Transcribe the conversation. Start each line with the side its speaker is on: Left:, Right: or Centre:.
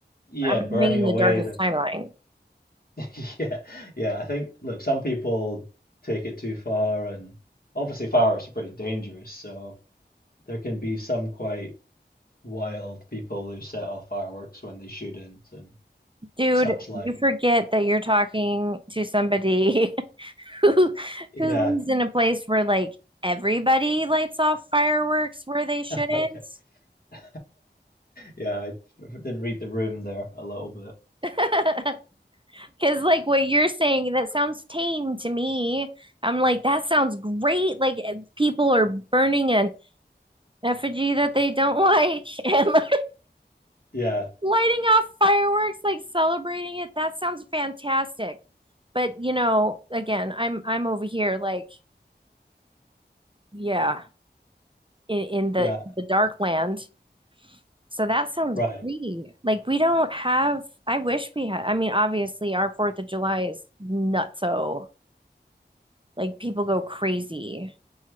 Left: yeah,
Right: I'm
Left: burning
Right: living in
Left: away
Right: the darkest
Left: the
Right: timeline.
Left: <laughs> Yeah, yeah. I think, look, some people take it too far, and obviously fireworks are pretty dangerous. So there can be some quite wild people who set off fireworks when they shouldn't and
Right: Dude,
Left: such like.
Right: you forget that you're talking to somebody <laughs> who
Left: Yeah,
Right: who lives in a place where like everybody lights off fireworks where they shouldn't?
Left: <laughs> okay. <laughs> Yeah, I didn't read the room there a little bit.
Right: <laughs> Because like what you're saying, that sounds tame to me. I'm like, that sounds great. Like eh, people are burning an effigy that they don't <laughs> like and like,
Left: Yeah,
Right: lighting off fireworks, like celebrating it. That sounds fantastic. But you know, again, I'm I'm over here like, yeah, in, in the
Left: yeah,
Right: the dark land So that sounds
Left: right.
Right: great. Like we don't have, I wish we had, I mean, obviously our Fourth of July is nutso. Like people go crazy.